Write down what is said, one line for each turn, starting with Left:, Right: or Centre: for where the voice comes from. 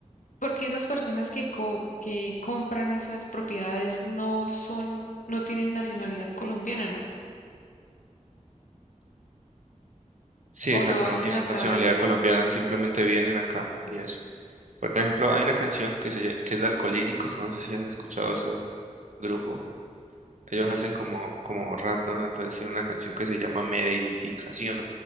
Left: porque esas personas que co- que compran esas propiedades no son, no tienen nacionalidad colombiana, ¿no?
Right: Sí,
Left: O
Right: exacto,
Left: lo hacen
Right: no tienen
Left: a través,
Right: nacionalidad colombiana, simplemente vienen acá y eso. Por ejemplo, hay una canción que, se, lla- que es de Alcolíricos, no sé si has escuchado ese grupo. Ellos
Left: sí,
Right: hacen como, como rap, ¿no? Entonces tiene una canción que se llama Medellificación,